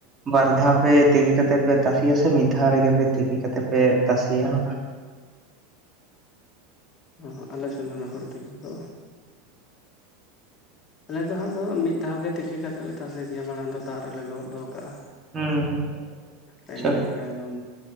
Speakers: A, on the right (about 25°); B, on the left (about 30°).
A: ᱵᱟᱨ ᱫᱷᱟᱣ ᱯᱮ ᱛᱮᱠᱮ ᱠᱟᱛᱮ ᱯᱮ ᱛᱟᱥᱮᱭᱟ ᱾ᱥᱮ ᱢᱤᱜ ᱫᱷᱟᱣ ᱨᱮᱜᱮ ᱯᱮ ᱛᱮᱠᱮ ᱠᱟᱛᱮ ᱯᱮ ᱛᱟᱥᱮᱭᱟ ᱚᱱᱟ
B: ᱦᱚᱸ ᱦᱚᱸ ᱟᱞᱮ ᱥᱮᱱ ᱦᱚᱸ ᱚᱱᱟ ᱦᱳᱲᱳ ᱛᱮᱠᱮ ᱠᱚ ᱟᱞᱮ ᱫᱚ ᱦᱟᱸᱜ ᱫᱚ ᱢᱤᱜ ᱫᱷᱟᱣ ᱜᱮ ᱛᱮᱠᱮ ᱠᱟᱛᱮᱜ ᱞᱮ ᱛᱟᱥᱮ ᱜᱮᱭᱟ᱾ ᱢᱟᱲᱟᱝ ᱫᱚ ᱫᱟᱜ ᱨᱮᱞᱮ ᱞᱚᱦᱚᱫ ᱫᱚ ᱠᱟᱜᱼᱟ
A: ᱦᱩᱸ ᱟᱪᱪᱷᱟ
B: ᱦᱮᱸ ᱤᱱᱟᱹ ᱛᱟᱭᱱᱚᱢ